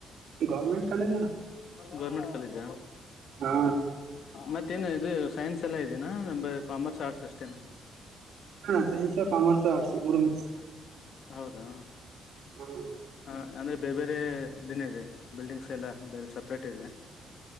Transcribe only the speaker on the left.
ಗೌರ್ಮೆಂಟ್ ಕಾಲೇಜ
ಮತ್ತ ಎನ ಇದು ಸೈನ್ಸ್ ಎಲ್ಲ ಇದೀನಾ ಅಂದ್ರೆ ಕಾಮರ್ಸ್ ಆರ್ಟ್ಸ್ ಅಷ್ಟೇನ
ಹೌದಾ
ಹ ಅನೆದ್ ಬೇರೆ ಬೇರೆ ದಿನ್ನೆ ಇದೆ ಬಿಲ್ಡಿಂಗ್ಸ್ ಎಲ್ಲ ಬೇರೆ ಸಪ್ರೇಟ್ ಇದಿಯ